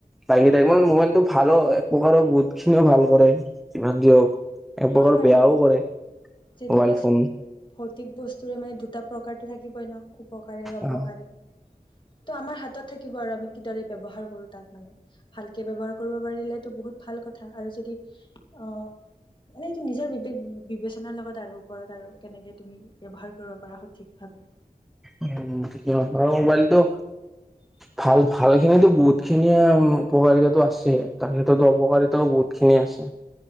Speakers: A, in the centre; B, on the left.
A: বা সেই টাইমত মোবাইলটো ভালো এক প্ৰকাৰৰ বহুত খিনিও ভাল কৰে যিমান যি হওঁক। এক
B: হয়
A: প্ৰকাৰ
B: বাৰু
A: বেয়াও কৰে,
B: যিহেতুকে
A: মোবাইল
B: চব
A: ফোন
B: ভৌতিক বস্তুৰে মানে দুটা প্ৰকাৰটো থাকিবই ন, উপকাৰী আৰু অপকাৰী।
A: আহ
B: তো আমাৰ হাতত থাকিব আৰু আমি কিদৰে ব্যৱহাৰ কৰোঁ তাত মানে। ভালকৈ ব্যৱহাৰ কৰিব পাৰিলেতো বহুত ভাল কথা আৰু যদি অ' মানে এইটো নিজৰ বিবেক বিবেচনাৰ লগত আৰু ওপৰত আৰু কেনেকে তুমি ব্যৱহাৰ কৰিব পাৰা সঠিক ভাৱে।
A: উম, <unintelligible> আৰু মোবাইলটো।
B: <inaudible>
A: ভাল, ভালখিনিতো বহুতখিনিয়ে উপকাৰিতাতো আছে আৰু তাৰ ক্ষেত্ৰত অপকাৰিতাও বহুতখিনি আছে।